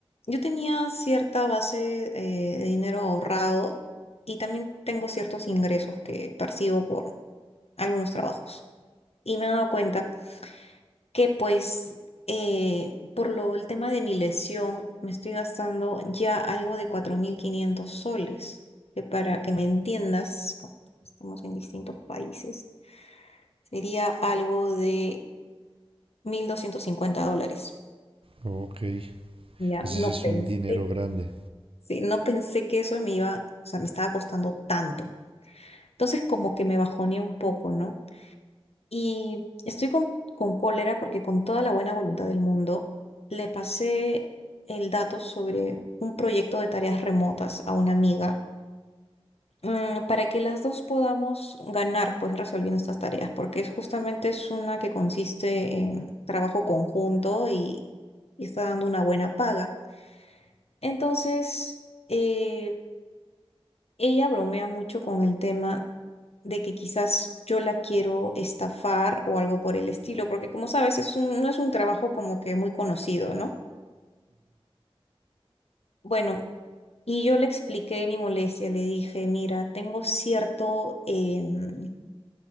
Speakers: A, on the left; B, on the right.
A: yo tenía cierta base eh, de dinero ahorrado y también tengo ciertos ingresos que percibo por algunos trabajos. Y me he dado cuenta que pues eh, por lo el tema de mi lesión me estoy gastando ya algo de 4.500 soles, que para que me entiendas, como estamos en distintos países, sería algo de 1.250 dólares.
B: Ok.
A: Ya,
B: O sea,
A: no
B: si es
A: pensé,
B: un dinero grande.
A: sí, no pensé que eso me iba, o sea, me estaba costando tanto. Entonces como que me bajoneé un poco, ¿no? Y estoy con, con cólera porque con toda la buena voluntad del mundo le pasé el dato sobre un proyecto de tareas remotas a una amiga, mm, para que las dos podamos ganar pues resolviendo estas tareas, porque es justamente es una que consiste en trabajo conjunto y, y está dando una buena paga. Entonces, eh, ella bromea mucho con el tema de que quizás yo la quiero estafar o algo por el estilo, porque como sabes, es un, no es un trabajo como que muy conocido, ¿no? Bueno, y yo le expliqué mi molestia, le dije, mira, tengo cierto, em,